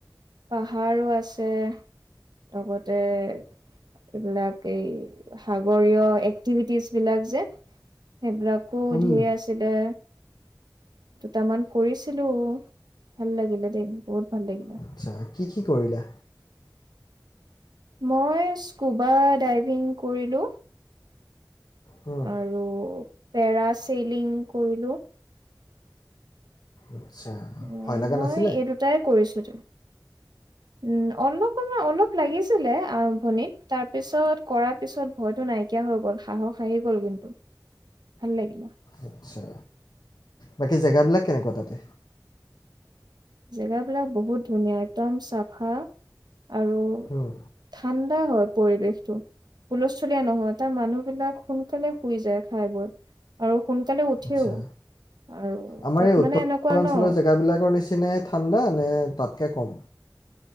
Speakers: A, on the right (about 70°); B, on the left (about 65°).
A: পাহাৰো আছে লগতে এইবিলাক এই সাগৰীয় এক্টিভিটিজ বিলাক যে সেইবিলাকো
B: হুম
A: ধেৰ আছিলে। দুটামান কৰিছিলো। ভাল লাগিলে দেই বহুত ভাল লাগিলে।
B: আচ্ছা কি কি কৰিলা?
A: মই স্কুবা ডাইভিং কৰিলোঁ।
B: হুম
A: আৰু পেৰা চেলিং কৰিলো।
B: আচ্ছা
A: অ,
B: ভয়
A: '
B: লগা
A: মই
B: নাছিলে
A: এই দুটাই কৰিছো। উম, অল অকমান অলপ লাগিছিলে আৰ ম্ভনীত তাৰপিছত কৰাৰ পিছত ভয় টো নাইকিয়া হৈ গ'ল সাহস আহি গ'ল কিন্তু, ভাল লাগিল।
B: আচ্ছা বাকী জেগা বিলাক কেনেকুৱা তাতে?
A: জেগা বিলাক বহুত ধুনীয়া একদম চাফা আৰু
B: হুম
A: ধান ঠান্ডা হয় পৰিৱেশটো, হুলস্থুলীয়া নহয়, তাৰ মানুহ বিলাক সোনকালে শুই যায় খাই বৈ আৰু সোনকালে উঠেও
B: আচ্ছা
A: আৰু
B: আমাৰ
A: তাত
B: এই উত্তৰ
A: মানে এনেকুৱা
B: পূৰ্বাঞ্চলৰ
A: ন'।
B: জেগাবিলাকৰ নিচিনাই ঠাণ্ডা নে তাতকে কম?